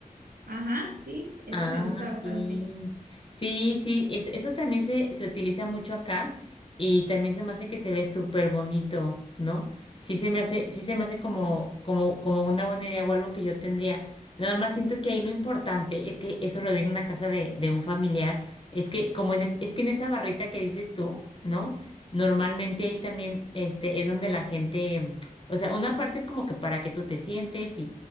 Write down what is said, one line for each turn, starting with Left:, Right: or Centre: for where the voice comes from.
Right: Ajá, sí, esa
Left: Ah,
Right: me gusta bastante.
Left: sí. Sí, sí, es- eso también se, se utiliza mucho acá y también se me hace que se ve súper bonito, ¿no? Sí se me hace, sí se me hace como, como, como una buena idea o algo que yo tendría. Nada más siento que ahí lo importante es que eso lo vi en una casa de, de un familiar, es que como en es, es que en esa barrita que dices tú, ¿no? Normalmente ahí también este es donde la gente, o sea, una parte es como que para que tú te sientes